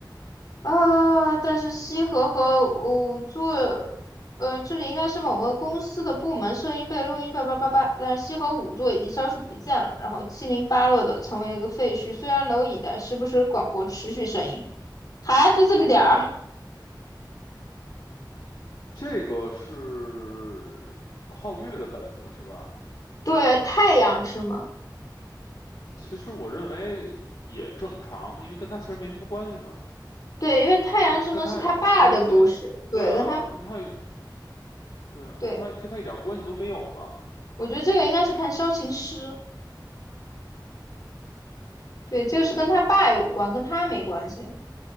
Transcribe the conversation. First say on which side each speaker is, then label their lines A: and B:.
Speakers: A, on the left (about 55°); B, on the left (about 70°).
A: 啊。但是西河和五座，做呃，这里应该是某个公司的部门，声音被录音叭叭叭叭，但是西河五座已经消失不见了，然后七零八落的成为一个废墟，虽然蝼蚁的时不时广播持续声音，还就这么点儿。
B: 什么呀？这个是皓月的本子是吧？
A: 对，太阳之门，
B: 其实我认为也正常，因为跟他其实没什么关系嘛，
A: 对，因为太阳之门是他爸的故事，
B: 跟跟他有什么关系啊对啊，
A: 对，跟他，
B: 跟他有，对啊，
A: 对，
B: 跟他跟他一点关系都没有嘛。
A: 我觉得这个应该是看萧琴师，对，这个是跟他爸有关，跟他没关系，